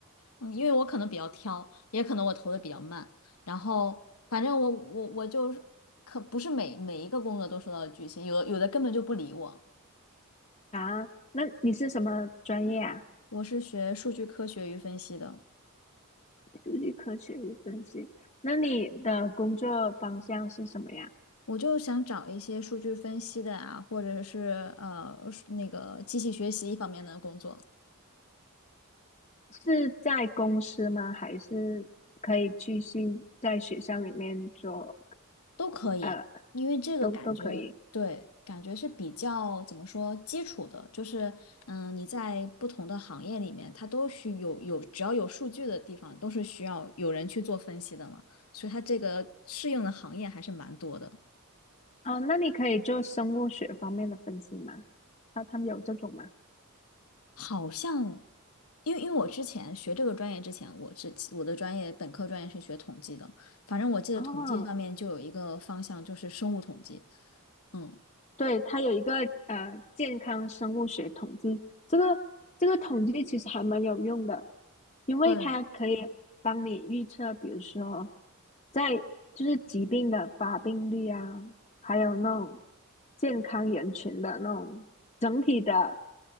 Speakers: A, on the left; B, on the left.
A: 嗯，因为我可能比较挑，也可能我投的比较慢，然后反正我我我就是可不是每每一个工作都收到拒信，有的有的根本就不理我。
B: 啊，那你是什么专业啊？
A: 我是学数据科学与分析的，
B: 数据科学与分析。那你的工作方向是什么呀？
A: 我就想找一些数据分析的啊，或者是呃是那个机器学习方面的工作
B: 是在公司吗？还是可以继续在学校里面做？
A: 都可以，
B: 呃，
A: 因为这个感觉对，
B: 都都可以。
A: 感觉是比较怎么说基础的，就是嗯你在不同的行业里面，它都需有有只要有数据的地方，都是需要有人去做分析的嘛，所以它这个适应的行业还是蛮多的。
B: 哦，那你可以做生物学方面的分析吗？他他们有这种吗？
A: 好像，因为因为我之前学这个专业之前，我之我的专业本科专业是学统计的，反正我记得统计方面就有一个方向就是生物统计，
B: 哦，
A: 嗯，
B: 对，它有一个呃健康生物学统计，这个这个统计其实还蛮有用的，因为它可以帮你预测，
A: 对，
B: 比如说在就是疾病的发病率啊，还有那种健康人群的那种整体的